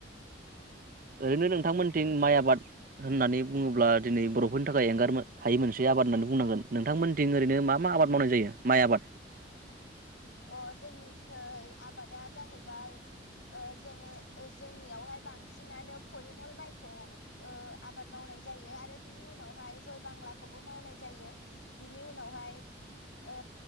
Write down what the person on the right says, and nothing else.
ओरैनो नोंथांमोन्थिं माइ आबाद होननानै बुङोब्ला दिनै बर'फोरनि थाखाय एंगार हायि मोनसे आबाद होन्नानै बुंनांगोन। नोंथांमोन्थिं ओरैनो मा मा आबाद मावनाय जायो माइ आबाद?